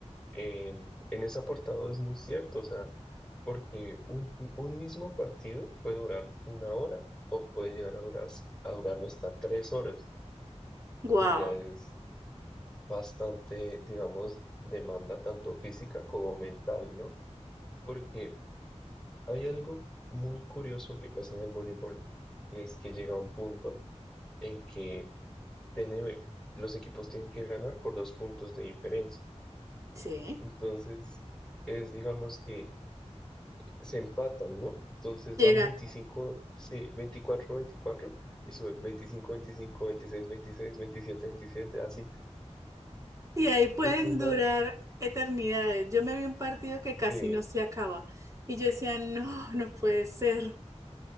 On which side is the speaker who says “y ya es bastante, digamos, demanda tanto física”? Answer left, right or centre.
Centre